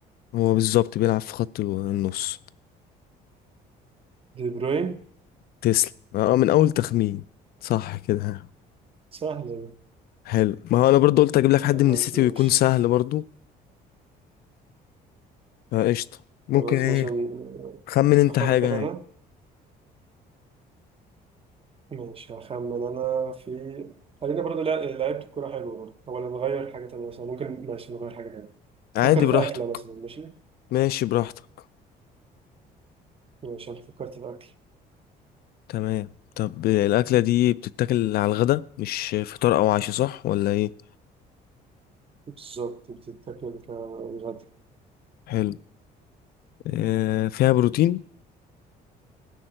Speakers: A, on the left; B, on the right.
A: هو بالظبط بيلعب في خط الو- النص
B: دي بروين
A: تسلم اه من اول تخمين صح كده
B: سهلة دي.
A: حلو ما هو انا برضو قلت اجيب لك حد
B: خلاص
A: من السيتي
B: ماشي
A: ويكون سهل برضو فقشطة ممكن
B: خلاص
A: ايه
B: ماشي أنا-
A: خمن انت
B: أفكر
A: حاجة يعني
B: أنا ماشي هخمن انا في خلينا برضو لع- لعيبة الكورة حلوة برضو هو نغير حاجة تانية مثلا ممكن ماشي نغير حاجة تانية فكر
A: عادي
B: في
A: براحتك
B: أكلة مثلا ماشي
A: ماشي براحتك
B: ماشي أنا فكرت في أكل
A: تمام طب آه، الأكلة دي بتتاكل على الغدا مش فطار أو عشاء صح ولا ايه
B: بالظبط بتتاكل كغدا
A: حلو آه فيها بروتين